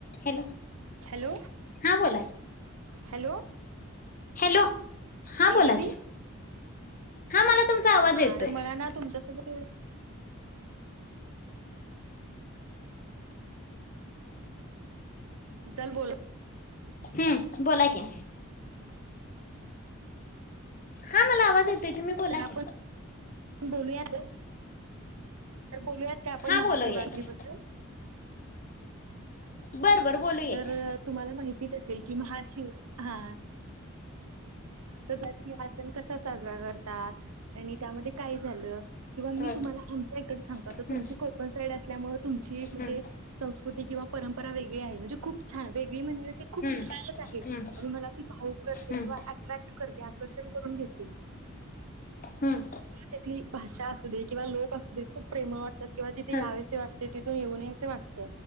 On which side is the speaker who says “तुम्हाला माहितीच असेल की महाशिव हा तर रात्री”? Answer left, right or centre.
Right